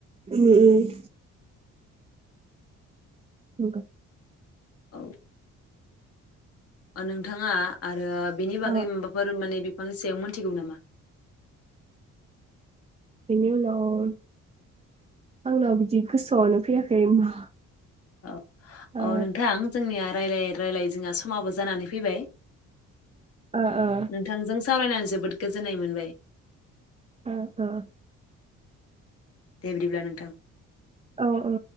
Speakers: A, on the right (about 20°); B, on the left (about 50°).
A: उम उम। नंगौ।
B: औ। ओ नोंथाङा आरो बेनि
A: ओ
B: बागै माबाफोर माने बिफांनि सायाव मोनथिगौ नामा?
A: बेनि उनाव आंनाव बिदि गोसोआवनो फैयाखै मा।
B: अ।
A: ओ
B: अ नोंथां जोंनिया रायज्लाय रायजलाय जोंहा समाबो जानानै फैबाय।
A: ओ ओ
B: नोंथांजों सावरायनानै जो बोद गोजोननाय मोनबाय।
A: औ औ।
B: दे बिदिब्ला नोंथां।
A: औ औ।